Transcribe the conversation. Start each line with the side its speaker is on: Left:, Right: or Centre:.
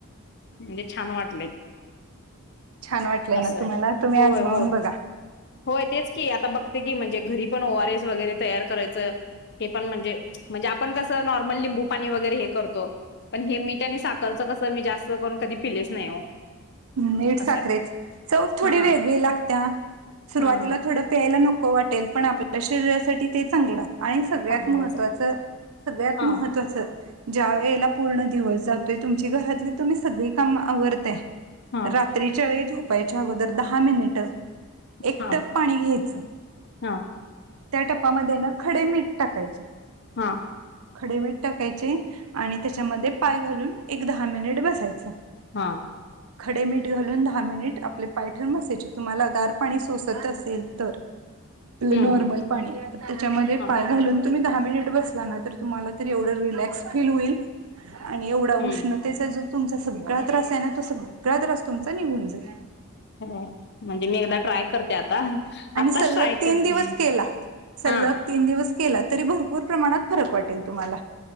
Left: म्हणजे छान वाटले
Right: छान वाटलं
Left: असंय
Right: ना तुम्हाला तुम्ही
Left: होय
Right: आजमावून
Left: होय.
Right: बघा
Left: होय तेच की, आता बघते की, म्हणजे घरी पण ओआर एस वगैरे तयार करायचं हे पण म्हणजे म्हणजे आपण कसं नॉर्मल लिंबू पाणी वगैरे हे करतो. पण हे मीठ आणि साखरचं कसं मी जास्त करून कधी पिलेच नाही हो
Right: मीठ साखरेच
Left: असं आहे.
Right: चव थोडी
Left: हा
Right: वेगळी लागत सुरुवातीला
Left: हा हा
Right: थोड प्यायला नको वाटेल पण आपल्या शरीरासाठी ते चांगलं हाय. आणि सगळ्यात
Left: चांगलंच
Right: महत्त्वाचं
Left: आहे
Right: सगळ्यात
Left: हा
Right: महत्त्वाचं ज्या वेळेला पूर्ण दिवस जातोय तुमची घरातली तुम्ही सगळी काम आवरताय
Left: हा
Right: रात्रीच्या वेळी झोपायच्या अगोदर दहा मिनिट एक
Left: हा
Right: टप पाणी घ्यायचं.
Left: हा.
Right: त्या ट्पामध्ये ना खडे मीठ टाकायच
Left: हा
Right: खडे मीठ टाकायचे आणि त्याच्यामध्ये पाय घालून एक दहा मिनिट बसायचं.
Left: हा
Right: खडे मीठ घालून दहा मिनिट आपले पाय ठेवून बसायचे तुम्हाला गार पाणी सोसत असेल तर नॉर्मल.
Left: हम्म हम्म
Right: पाणी त्याच्यामध्ये
Left: हा
Right: पाय घालून तुम्ही दहा मिनिट बसला ना तर तुम्हाला त एवढ रिलॅक्स फील होईल आणि एवढा उष्ण,
Left: हम्म.
Right: त्याचा जो तुमचा सगळा त्रासे ना, तो सगळा त्रास तुमचा निघून जाईल.
Left: हो म्हणजे मी एकदा ट्राय करते, आ ता,
Right: आणि
Left: आताच
Right: सलग
Left: ट्राय
Right: तीन
Left: करते,
Right: दिवस केला सलग
Left: हा.
Right: तीन दिवस केला, तरी भरपूर प्रमाणात फरक वाटेल तुम्हाला.